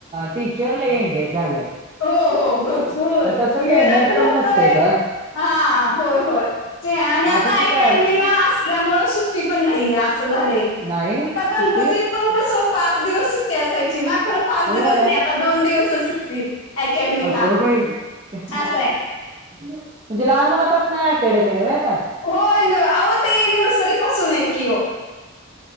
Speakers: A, on the right (about 25°); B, on the left (about 70°).
A: टीचर लई एंगेज झाल्यात.
B: हो हो भरपूर
A: आणि तसं पेमेंट
B: वेळच
A: पण
B: नसतय.
A: ग
B: हा होय होय ते आणि आता
A: आधीचे
B: अकॅडमीला
A: पॅरेंट
B: असल्यामुळे सु <unintelligible> पण नाहीये अस झालंय.
A: नाही
B: आता गणपतीत
A: सुट्टी
B: पण कसं पाच दिवस सुट्ट असायची ना, खरं पाच
A: होय
B: दिवस नाही आता दोन दिवसच सुट्टी. अकॅडमीला
A: अगं बाई म्हणजे
B: असं आहे.
A: लहान मुलापासनं अकॅडमी आहे व्हय आता?
B: होय आन अहो ताई नर्सरीपासून आहे की ओ.